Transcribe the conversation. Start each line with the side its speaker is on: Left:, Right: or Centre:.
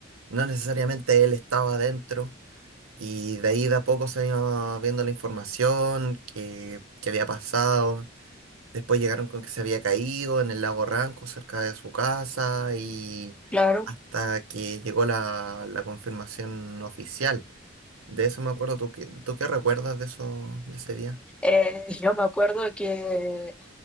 Right: no necesariamente él estaba dentro. Y de ahí de a poco se iba viendo la información que, que había pasado Después llegaron con que se había caído en el lago Ranco, cerca de su casa, y
Centre: claro.
Right: hasta que llegó la, la confirmación oficial. De eso me acuerdo, ¿tú qué, tú qué recuerdas de eso, de ese día?
Centre: Eh, yo me acuerdo que